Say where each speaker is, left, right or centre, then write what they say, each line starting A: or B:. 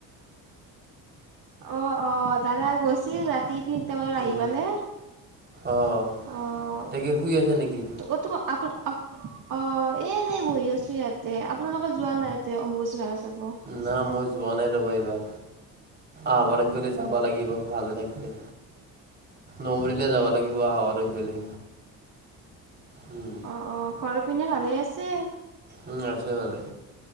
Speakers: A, on the right; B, on the right.
A: অ', অ', দাদা গৈছিল ৰাতি তিনি। তেওঁলোক আহি
B: উম,
A: পালে
B: অহ,
A: অ',
B: এতিয়া কি শুই আছে নেকি?
A: অ', তোমা আপোন। অ এ এনে বহি আছো ইয়াতে। আপোনালোকৰ যোৱা নাই এতিয়া অম্বুবাচী মেলা চাব। অ
B: না মই যোৱা নাই ৰবা এইবাৰ। আহবাৰত গ'লে যাব লাগিব। ভালে থাকিলে, নমৰিলে যাব লাগিব, আহাবাৰত গ'লে। উম,
A: অ'অ'ঘৰ পিনে ভালেই আছে?
B: উম, আছে ভালে।